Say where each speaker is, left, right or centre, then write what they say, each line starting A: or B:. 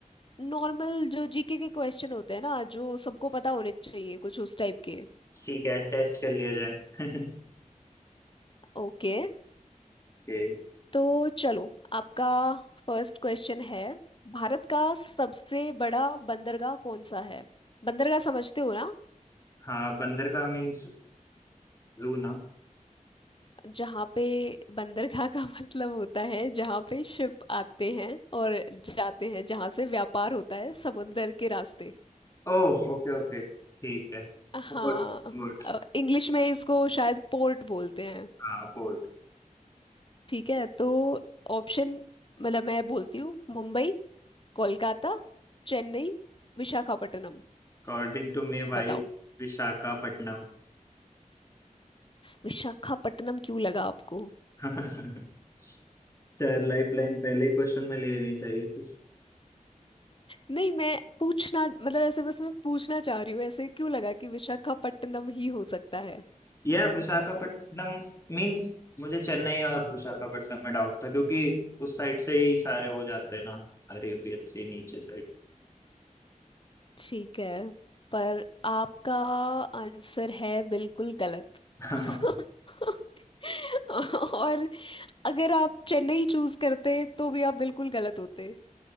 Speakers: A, on the left; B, on the left.
A: नॉर्मल जो जीके के क्वेश्चन होते हैं ना जो सबको पता होने चाहिए कुछ उस टाइप के
B: ठीक है टेस्ट कर लिया जाए <laughs>
A: ओके
B: ओके
A: तो चलो आपका फर्स्ट क्वेश्चन है भारत का सबसे बड़ा बंदरगाह कौन सा है बंदरगाह समझते हो ना
B: हाँ बंदर का मीन्स जू ना
A: जहाँ पे बंदरगाह का <laughs> मतलब होता है जहाँ पे शिप आते हैं और जाते हैं जहाँ से व्यापार होता है समुंदर के रास्ते
B: ओह ओके ओके ठीक है
A: हाँ
B: Port port
A: इंग्लिश में इसको शायद पोर्ट बोलते हैं
B: हाँ पोर्ट
A: ठीक है तो ऑप्शन मतलब मैं बोलती हूँ मुंबई कोलकाता चेन्नई विशाखापट्टनम
B: अकॉर्डिंग टू मे भाई
A: बताओ
B: विशाखापट्टनम
A: विशाखापट्टनम क्यों लगा आपको
B: <laughs> चार लाइफ लाइन पहले ही क्वेश्चन में ले लेनी चाहिए थी
A: नहीं मैं पूछना मतलब ऐसे बस मैं पूछना चाह रही हूँ ऐसे क्यों लगा कि विशाखापट्टनम ही हो सकता है
B: यह विशाखापट्टनम मीन्स मुझे चेन्नई और विशाखापट्टनम में डाउट था क्योंकि उस साइड से ही सारे हो जाते हैं ना अरेबियन से नीचे
A: ठीक है पर आपका आंसर है बिल्कुल गलत
B: side <laughs>
A: <laughs> और अगर आप चेन्नई चूज करते तो भी आप बिल्कुल गलत होते